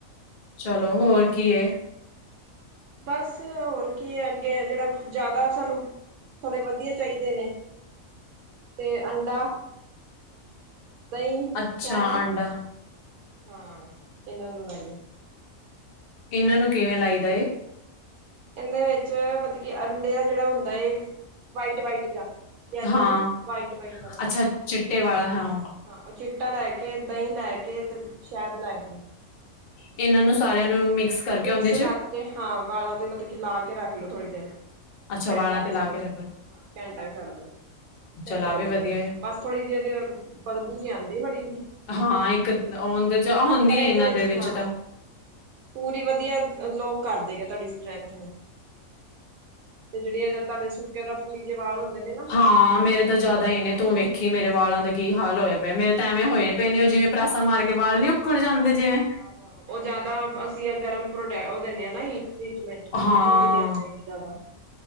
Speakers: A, on the left; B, on the right.
A: ਚਲੋ ਹੋਰ ਕੀ ਐ।
B: ਬਸ ਹੋਰ ਕੀ ਹੈ, ਅੱਗੇ ਜਿਹੜਾ ਜ਼ਿਆਦਾ ਸਾਨੂੰ ਥੋੜੇ ਵਧੀਆ ਚਾਹੀਦੇ ਨੇ, ਤੇ ਅੰਡਾ ਦਹੀਂ,
A: ਅੱਛਾ
B: ਸ਼ਹਿਦ
A: ਆਂਡਾ
B: ਹਾਂ, ਇਹਨਾਂ ਨੂੰ ਲਾਈਏ।
A: ਇਹਨਾਂ ਨੂੰ, ਕਿਵੇਂ ਲਾਈਦਾ ਏ?
B: ਇਂਹਦੇ ਵਿੱਚ ਮਤਲਬ ਕਿ ਅੰਡੇ ਦਾ ਜਿਹੜਾ ਹੁੰਦਾ ਹੈ, ਵਾਈਟ-ਵਾਈਟ ਜਾ। ਯੋਲੋ
A: ਹਾਂ
B: ਨੀ, ਵਾਈਟ-ਵਾਈਟ ਵਾਲਾ,
A: ਅੱਛਾ
B: ਚਿੱਟਾ-ਚਿੱਟਾ।
A: ਚਿੱਟੇ ਵਾਲਾ ਹਾਂ
B: ਹਾਂ ਉਹ ਚਿੱਟਾ ਲੈ ਕੇ ਦਹੀਂ, ਲੈ ਕੇ ਤੇ ਸ਼ਹਦ ਲੈ ਕੇ।
A: ਇਹਨਾਂ ਨੂੰ ਸਾਰਿਆਂ ਨੂੰ ਮਿਕਸ, ਕਰਕੇ
B: ਮਿਕਸ
A: ਉਹਦੇ ਚ
B: ਕਰਕੇ ਹਾਂ ਵਾਲਾਂ ਤੇ ਮਤਲਬ ਕਿ ਲਾ ਕੇ ਰੱਖ ਲਓ ਥੋੜ੍ਹੀ ਦੇਰ।
A: ਅੱਛਾ
B: ਘੰਟਾ
A: ਵਾਲਾਂ ਤੇ
B: ਕੁ
A: ਲਾ
B: ਛੱਡ
A: ਕੇ
B: ਦੋ
A: ਰੱਖ
B: ਹਾਂ ਘੰਟਾ ਕ ਛੱਡ ਦੋ। ਫਿਰ
A: ਚੱਲ
B: ਤੋ
A: ਆ ਵੀ
B: ਲੋ
A: ਵਧੀਆ ਏ
B: ਬਸ ਥੋੜੀ ਜਿਹੀ ਬਦਬੂ ਜੀ ਆਂਦੀ ਆ ਮਾੜੀ ਜੀ
A: ਹਾਂ ਇੱਕ ਉਹ ਉਹਦੇ ਹੁੰਦੀ
B: ਪਰ ਇਹਦੇ
A: ਆ ਇਹਨਾਂ ਦੇ ਵਿੱਚ
B: ਹਾਂ
A: ਤਾਂ
B: ਪੂਰੀ ਵਧੀਆ ਲੋ ਕਰਦੇ ਗ ਤੁਹਾਡੀ ਸਟਰ੍ਰੈਂਥ ਨੂੰ ਤੇ ਜਿਹੜੀ ਜ ਤੁੇ ਸੁੱਕਿਆ ਰਫਲੀ ਜੇ ਹੁੰਦੇ ਨੇ ਨਾ
A: ਹਾਂ
B: ਡਰਾਈਨੈਸ
A: ਮੇਰੇ ਤਾਂ
B: ਉਹਨੂੰ
A: ਜ਼ਿਆਦਾ
B: ਖ਼ਤਮ
A: ਹੀ ਨੇ
B: ਕਰੇਗਾ
A: ਤੂੰ ਵੇਖੀ ਕਿ ਮੇਰੇ ਵਾਲਾਂ ਦਾ ਕੀ ਹਾਲ ਹੋਇਆ ਪਿਆ ਮੇਰੇ ਤਾਂ ਐਵੇਂ ਹੋਏ ਨ ਪਏ ਨੇ ਉਹ ਜਿਵੇਂ ਪ੍ਰੈਸਾਂ ਮਾਰ ਕੇ ਵਾਲ ਨੀ ਉੱਖੜ ਜਾਂਦੇ ਜਿਵੇਂ
B: ਆਹ ਉਹ ਜ਼ਿਆਦਾ ਅਸੀਂ ਗਰਮ ਉਹ ਦਿੰਦੇ ਹਾਂ ਨਾ ਹੀ ਟਰੀਟਮੈਂਟ
A: ਹਾਂ
B: ਉਹ ਨੀ ਦੇਣੇ ਚਾਹੀਦਾ। ਦਾ